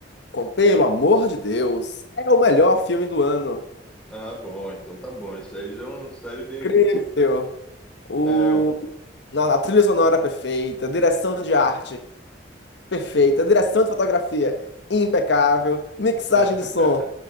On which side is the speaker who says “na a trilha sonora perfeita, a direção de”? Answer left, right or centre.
Left